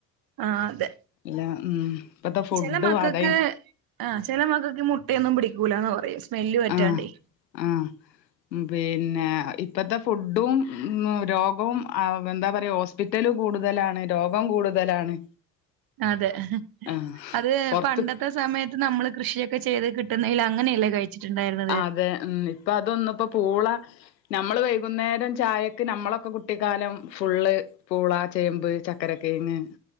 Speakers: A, on the right; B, on the left.
A: ആ അതെ
B: ഇല്ല ഉം ഇപ്പത്തെ ഫുഡും
A: ചില മക്കൾക്ക്
B: അത
A: ആഹ് ചില മകൾക്ക് മുട്ടയൊന്നും പിടിക്കൂലന്ന് പറയും സ്മെല്ല് പറ്റാണ്ടേ
B: ആഹ് ആഹ് പിന്നെ ഇപ്പത്തെ ഫുഡും രോഗവും എന്താ പറയാ ഹോസ്പി റ്റൽ കൂടുതലാണ് രോഗം കൂടുതലാണ്.
A: അതെ
B: ആഹ്
A: അത്
B: പൊറത്ത്
A: പണ്ടത്തെ സമയത്ത് നമ്മള് കൃഷിയൊക്കെ ചെയ് കിട്ടുന്നതിൽ അങ്ങനെയല്ലേ കഴി ച്ച്ണ്ടായിരുന്നു
B: അതെ ഉം ഇപ്പ അതൊന്ന ഇപ്പ പൂള നമ്മള് വൈകുന്നേരം ചായക്ക് നമ്മളൊക്കെ കുട്ടിക്കാലം ഫുള്ള് പൂള, ചേമ്പ്, ചക്കരക്കേങ്ങ്,